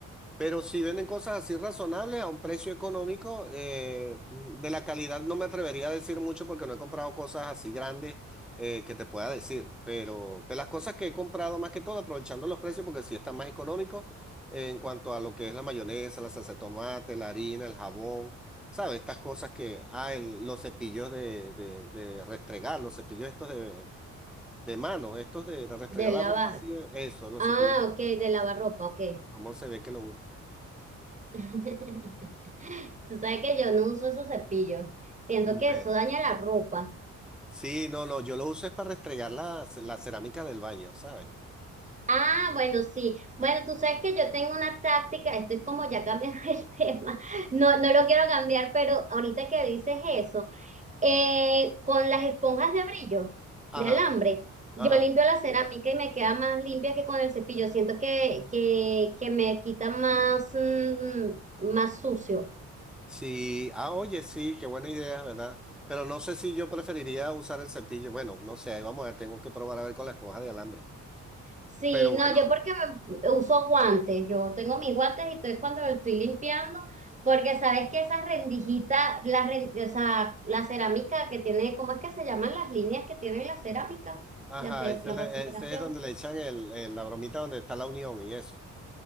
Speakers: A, in the centre; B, on the right (about 25°).
A: Pero si venden cosas así razonables a un precio económico, eh, de la calidad no me atrevería a decir mucho porque no he comprado cosas así grandes eh, que te pueda decir. Pero de las cosas que he comprado más que todo, aprovechando los precios porque sí están más económicos eh, en cuanto a lo que es la mayonesa, la salsa de tomate, la harina, el jabón, ¿sabes? Estas cosas que, ah, el- los cepillos de, de, de restregar, los cepillos estos de, de mano, estos de, de restregar
B: de lavar.
A: la ropa así, eso, los
B: Ah,
A: cepillos,
B: ok, de lavar ropa, ok.
A: cómo se ve que lo usan.
B: <laughs> Tú sabes que yo no uso esos cepillos. Siento
A: bueno,
B: que eso daña la ropa.
A: Sí, no, no, yo lo uso es para restregar la, ce- la cerámica del baño, ¿sabes?
B: Ah, bueno, sí. Bueno, tú sabes que yo tengo una táctica, esto es como ya cambiando <laughs> el tema. No, no lo quiero cambiar, pero ahorita que dices eso. Eh, con las esponjas de brillo,
A: Ajá,
B: de alambre, yo
A: ajá.
B: limpio la cerámica y me queda más limpia que con el cepillo. Siento que, que, que me quita más, mm, más sucio.
A: Sí, ah, oye, sí, qué buena idea, ¿verdad? Pero no sé si yo preferiría usar el cepillo. Bueno, no sé, ahí vamos a ver, tengo que probar a ver con la esponja de alambre.
B: Sí,
A: Pero bueno,
B: no, yo porque me- uso guantes, yo tengo mis guantes y entonces cuando lo estoy limpiando, porque sabes que esas rendijitas, las, ren- o sea, la cerámica que tiene, ¿cómo es que se llaman las líneas que tienen las cerámicas?
A: ajá,
B: La, ce-
A: ese
B: la
A: es, la-
B: separación.
A: ese es donde le echan el, el- la bromita donde está la unión y eso.